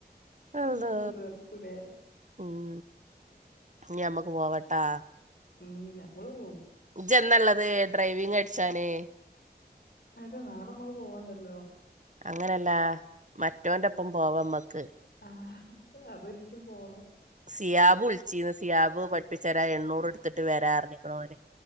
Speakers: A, on the right (about 45°); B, on the left (about 70°).
A: അല്ലാ
B: ഇങ്ങനെ കീറി പറിക്കൂലേ
A: ഉം ഞമ്മക്ക് പോവാട്ടാ
B: ഉം നമ്മള് പോകും.
A: ഇജ്ജ് എന്നള്ളത് ഡ്രൈവിങ് പടിച്ചാന്
B: അതാ നാളെ നമ്മക്ക് പോവെണ്ടല്ലോ.
A: അങ്ങനല്ലാ മറ്റോന്റൊപ്പം പോവാമ്മക്ക്.
B: ആഹ് അതൊരിസം പോണം.
A: സിയാബ് വിളിച്ചീനു സിയാബ് പഠിപ്പിച്ചരാ എണ്ണൂറ് എടുത്തിട്ട് വെരാന്നറിഞ്ഞിക്കണോ ഓന്.